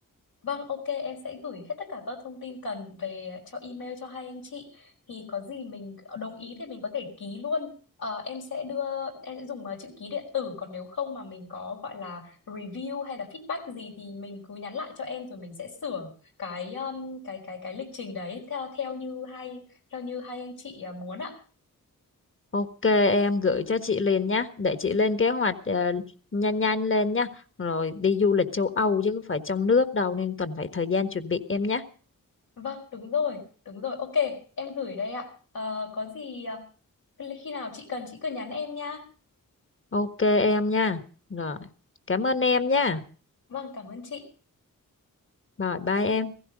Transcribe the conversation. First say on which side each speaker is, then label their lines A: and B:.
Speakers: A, on the left; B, on the left.
A: Vâng, ok, em sẽ gửi hết tất cả các thông tin cần về ờ, cho email cho hai anh chị. Thì có gì mình ờ, đồng ý thì mình có thể ký luôn. Ờ, em sẽ đưa em sẽ dùng ờ, chữ ký điện tử còn nếu không mà mình có gọi là review hay là feedback gì thì mình cứ nhắn lại cho em rồi mình sẽ sửa cái um, cái cái cái lịch trình đấy theo theo như hai theo như hai anh chị ờ, muốn ạ.
B: Ok em gửi cho chị liền nhé để chị lên kế hoạch ờ, nhanh nhanh lên nhé rồi đi du lịch châu Âu chứ không phải trong nước đâu nên cần phải thời gian chuẩn bị em nhé.
A: Vâng, đúng rồi, đúng rồi. Ok, em gửi đây ạ. Ờ, có gì ờ, khi nào chị cần chị cứ nhắn em nha.
B: Ok em nha. Rồi cảm ơn em nha.
A: Vâng, cảm ơn chị.
B: Rồi bye em.